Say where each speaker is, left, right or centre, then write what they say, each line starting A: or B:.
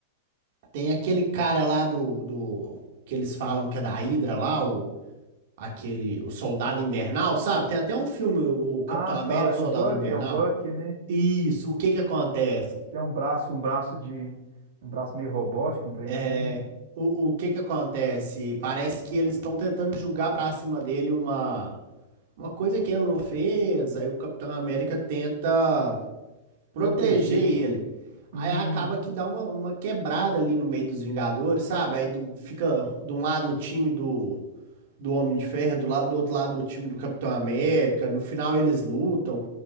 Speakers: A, on the right (about 55°); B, on the right (about 80°).
A: tem aquele cara lá do, do... Que eles falam que é da Hydra lá, o, aquele... O Soldado Invernal, sabe? Tem até um filme, o Capitão
B: Ah,
A: América
B: tá, é
A: e o
B: o
A: Soldado
B: Buck,
A: Invernal.
B: é o Buck, né?
A: Isso, o que que acontece?
B: Tem um braço, um braço de... Um braço meio robótico, um trem
A: É,
B: assim, né?
A: o, o que que acontece? Parece que eles estão tentando julgar pra cima dele uma, uma coisa que ele não fez. Aí o Capitão América tenta proteger
B: Proteger.
A: ele. Aí
B: Hum,
A: acaba que dá uma, uma quebrada ali no meio dos Vingadores, sabe? Aí do- fica de um lado o time do, do Homem de Ferro, do, la- do outro lado o time do Capitão América, no final eles lutam.